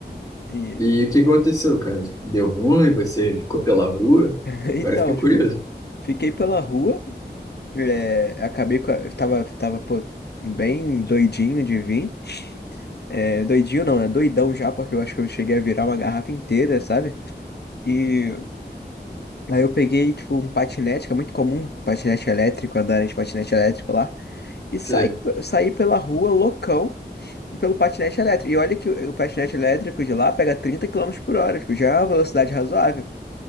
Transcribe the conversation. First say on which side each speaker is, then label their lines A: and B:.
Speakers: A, on the left (about 70°); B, on the left (about 20°).
A: E,
B: E o que que aconteceu, cara? Deu ruim, você ficou pela rua?
A: <laughs> então,
B: Agora eu fiquei
A: tipo,
B: curioso.
A: fiquei pela rua, é, acabei com a, tava, tava, pô, bem doidinho de vir. É, doidinho não, né? Doidão já, porque eu acho que eu cheguei a virar uma garrafa inteira, sabe? E aí eu peguei, tipo, um patinete, que é muito comum, patinete elétrico, andar de patinete elétrico lá. E saí,
B: Você-
A: saí pela rua loucão pelo patinete elétrico. E olha que o o patinete elétrico de lá pega 30 quilômetros por hora, tipo, já é uma velocidade razoável.